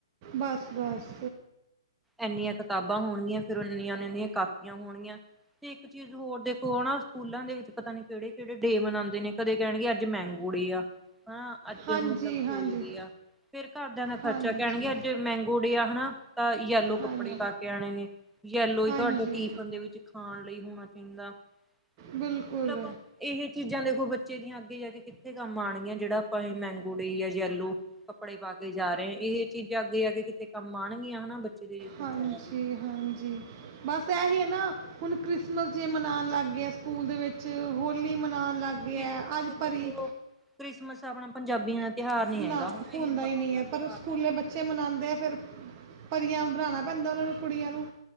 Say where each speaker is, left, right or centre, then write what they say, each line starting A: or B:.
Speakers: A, on the right (about 35°); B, in the centre.
A: ਬਸ ਬਸ
B: ਇੰਨੀਆਂ ਕਿਤਾਬਾਂ ਹੋਣਗੀਆਂ ਫਿਰ ਇਨੀਆਂ ਨੀਆਂ ਕਾਪੀਆਂ ਹੋਣਗੀਆਂ ਤੇ ਇੱਕ ਚੀਜ਼ ਹੋਰ ਦੇਖੋ ਹਨਾ ਸਕੂਲਾਂ ਦੇ ਵਿੱਚ ਪਤਾ ਨੀ ਕਿਹੜੇ ਕਿਹੜੇ ਡੇਅ ਮਨਾਉਂਦੇ ਨੇ ਕਦੇ ਕਹਿਣਗੇ ਅੱਜ ਮੈਂਗੋ ਡੇ ਆ ਹਨਾ ਅੱਜ
A: ਹਾਂਜੀ
B: ਮਤਲਬ
A: ਹਾਂਜੀ
B: ਕੋਈ ਡੇ ਆ ਫੇਰ ਘਰਦਿਆਂ ਦਾ ਖਰਚਾ
A: ਹਾਂਜੀ
B: ਕਹਿਣਗੇ ਅੱਜ ਮੈਂਗੋ ਡੇ ਆ ਹਨਾ ਤਾਂ ਯੈਲੋ
A: ਹਾਂਜੀ
B: ਕੱਪੜੇ ਪਾ ਕੇ ਆਣੇ ਨੇ ਯੈਲੋ ਹੀ
A: ਹਾਂਜੀ
B: ਤੁਹਾਡੇ ਟਿਫਂਨ ਦੇ ਵਿੱਚ ਖਾਣ ਲਈ ਹੋਣਾ ਚਾਹੀਦਾ ਵਾ। <unintelligible>
A: ਬਿਲਕੁਲ
B: ਮਤਲਬ ਇਹ ਚੀਜ਼ਾਂ ਦੇਖੋ ਬੱਚੇ ਦੀਆਂ ਅੱਗੇ ਜਾ ਕੇ ਕਿੱਥੇ ਕੰਮ ਆਉਣਗੀਆਂ ਜਿਹੜਾ ਆਪਾਂ ਅਸੀ ਮੈਂਗੋ ਡੇ ਜਾਂ ਯੈਲੋ ਕੱਪੜੇ ਪਾ ਕੇ ਜਾ ਰਹੇ ਹ ਇਹ ਚੀਜ਼ਾਂ ਅੱਗੇ ਆ ਕੇ ਕਿੱਥੇ ਕੰਮ ਆਉਣਂ ਗੀਆਂ ਹਨਾ ਬੱਚੇ ਦੇ ਜੇ ਸੋਚਿਆ
A: ਹਾਂਜੀ
B: ਜਾਵੇ
A: ਹਾਂਜੀ ਬਸ ਐ ਹੀ ਹੈ ਨਾ। ਹੁਣ ਕ੍ਰਿਸਮਸ ਡੇਅ ਮਨਾਉਣ ਲੱਗ ਗਏ ਆ ਸਕੂਲ ਦੇ ਵਿੱਚ ਹੋਲੀ ਮਨਾਉਣ ਲੱਗ ਗਏ
B: ਕ੍ਰਿਸਮਸ
A: ਹੈ ਅੱਜ
B: ਦੇਖੋ
A: ਭਰੀ
B: ਕ੍ਰਿਸਮਸ ਆਪਣਾ ਪੰਜਾਬੀਆਂ ਦਾ ਤਿਉਹਾਰ ਨੀ
A: ਨਾ
B: ਹੈਗਾ ਹੁਣ
A: ਹੁੰਦਾ
B: ਇਹ ਬਾਹਰਲਾ
A: ਹੀ ਨਹੀਂ ਹੈ ਪਰ
B: ਤਿਉਹਾਰ
A: ਸਕੂਲੇ
B: ਹੈ।
A: ਬੱਚੇ ਮਨਾਉਂਦੇ ਆ ਫਿਰ ਪਰੀਆਂ ਬਣਾਉਣਾ ਪੈਂਦਾ ਉਹਨਾਂ ਨੂੰ ਕੁੜੀਆਂ ਨੂੰ